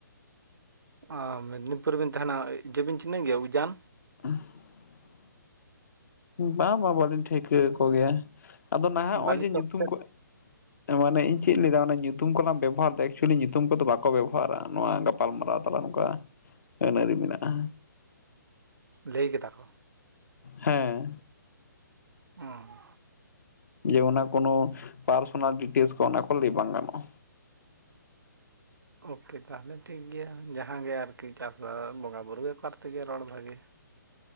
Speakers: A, on the right; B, on the left.
A: ᱚ ᱢᱮᱫᱽᱱᱤᱯᱩᱨ ᱨᱮᱵᱤᱱ ᱛᱟᱦᱮᱱᱟ ᱤᱭᱟ. ᱵᱤᱱ ᱪᱤᱱᱦᱟᱹᱣᱮ ᱜᱮᱭᱟ ᱩᱡᱟᱱ
B: <unintelligible> ᱵᱟ ᱵᱟ ᱵᱟᱞᱤᱧ ᱴᱷᱟᱹᱣᱠᱟᱹ ᱠᱚ ᱜᱮᱭᱟ ᱟᱫᱚ ᱱᱟᱦᱟᱜ ᱱᱚᱜᱼᱚᱭ
A: ᱵᱟᱹᱞᱤ
B: ᱡᱮ
A: ᱪᱚᱠ
B: ᱧᱩᱛᱩᱢ
A: ᱥᱮᱫ
B: ᱠᱚ ᱢᱟᱱᱮ ᱤᱧ ᱪᱮᱫ ᱞᱟᱹᱭᱫᱟ ᱚᱱᱟ ᱧᱩᱛᱩᱢ ᱠᱚᱞᱟᱝ ᱵᱮᱵᱚ ᱦᱟᱨ ᱮᱫᱟ ᱮᱠᱪᱩᱭᱮᱞᱤ ᱧᱩᱛᱩᱢ ᱠᱚᱫᱚ ᱵᱟᱠᱚ ᱵᱮᱵᱚᱦᱟᱨᱟ ᱱᱚᱣᱟ ᱜᱟᱯ ᱜᱟᱯᱟᱞ ᱢᱟᱨᱟᱣ ᱛᱟᱞᱟ ᱱᱚᱝᱠᱟ ᱟᱹᱱ ᱟᱹᱨᱤ ᱢᱮᱱᱟᱜᱼᱟ᱾
A: ᱞᱟᱹᱭ ᱠᱮᱫᱟ ᱠᱚ
B: ᱦᱮᱸ
A: ᱦᱩᱸ
B: ᱡᱮ ᱚᱱᱟ ᱠᱳᱱᱳ ᱯᱟᱨᱥᱱᱟᱞ ᱰᱤᱴᱮᱞᱥ ᱠᱚ ᱚᱱᱟ ᱠᱚ ᱞᱟ. ᱭ ᱵᱟᱝ ᱜᱟᱱᱚᱜ-ᱟ᱾
A: ᱳᱠᱮ ᱛᱟᱦᱚᱞᱮ ᱴᱷᱤᱠ ᱜᱮᱭᱟ ᱡᱟᱦᱟ ᱜᱮ ᱟᱨᱠᱤ ᱪᱟᱥᱵᱟᱥ ᱵᱚᱸᱜᱟ ᱵᱩᱨᱩ ᱵᱮᱯᱟᱨ ᱛᱮᱜᱮ ᱨᱚᱲ ᱵᱷᱟᱹᱜᱤᱭᱟ᱾